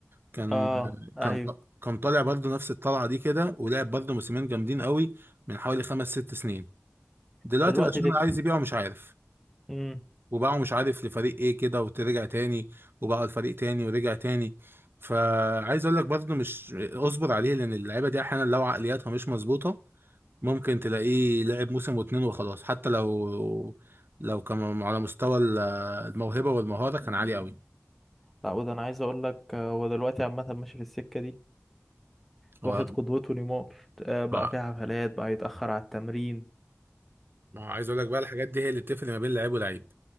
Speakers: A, on the right (about 50°); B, in the centre.
A: كان
B: اه ايوه
A: كان كان طالع برضه نفس الطلعه دي كده ولعب برضه موسمين جامدين قوي من حوالي خمس ست سنين دلوقتي
B: دلوقتي
A: بقى عشان
B: دك
A: عايز يبيعه مش عارف
B: امم
A: وباعه مش عارف لفريق ايه كده وترجع تاني وباعه الفريق تاني ورجع تاني فعايز اقول لك برضه مش اصبر عليه لان اللعيبه دي احيانا لو عقلياتها مش مظبوطه ممكن تلاقيه لعب موسم واتنين وخلاص حتى لو لو كان على مستوى ال- الموهبة والمهارة كان عالي قوي
B: لا وده انا عايز اقول لك آه، هو دلوقتي عامه ماشي في السكه دي
A: هو
B: واخد قدوته نيمار آه بقى
A: ما
B: في حفلات بقى يتاخر على التمرين
A: ما عايز اقول لك بقى الحاجات دي هي اللي بتفرق ما بين لعيب ولعيب